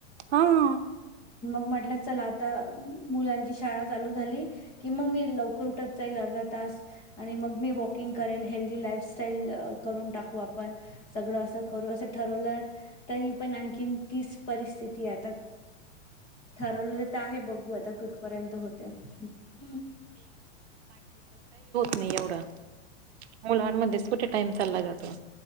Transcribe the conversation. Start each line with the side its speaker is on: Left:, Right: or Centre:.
Right: अहं.
Left: म्हटल चल आता मुलांची शाळा चालू झाली की मग मी लवकर उठत जाईल अर्धा तास आणि मग मी वॉकिंग करेल हेल्दी लाईफस्टाईल करून टाक क्वॉपन. चल करू असं ठरवलं तरी पण आणखी तीच परिस्थिती आता ठरवलेलं तर आहे बघू. गोव्याता कुठपर्यंत होते? हुं.
Right: नी एवढं. मुलांमध्येच कुठे टाइम चालला जात. <inaudible>